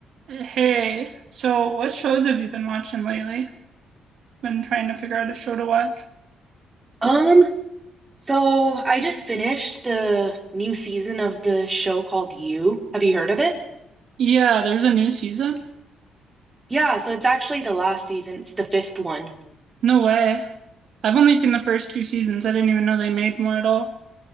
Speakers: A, on the right; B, on the right.
A: Hey, so what shows have you been watching lately? Been trying to figure out a show to watch.
B: Um, so I just finished the new season of the show called You. Have you heard of it?
A: Yeah, there's a new season?
B: Yeah, so it's actually the last season. It's the fifth one.
A: No way. I've only seen the first two seasons. I didn't even know they made more at all.